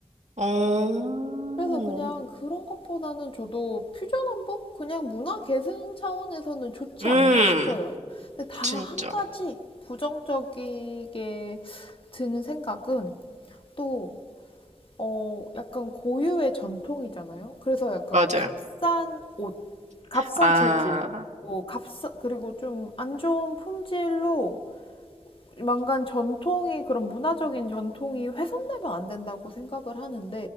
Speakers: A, on the right (about 80°); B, on the left (about 50°).
A: 어,
B: 그래서 그냥 그런 것보다는 저도 퓨전 한복? 그냥 문화 계승 차원에서는 좋지
A: 음,
B: 않나 싶어요. 근데 다
A: 진짜.
B: 한 가지 부정적이게 드는 생각은 또, 어, 약간 고유의 전통이잖아요. 그래서 약간
A: 맞아요.
B: 값싼 옷, 값싼
A: 아,
B: 재질, 뭐, 값싸, 그리고 좀 안 좋은 품질로 만간 전통이 그런 문화적인 전통이 훼손되면 안 된다고 생각을 하는데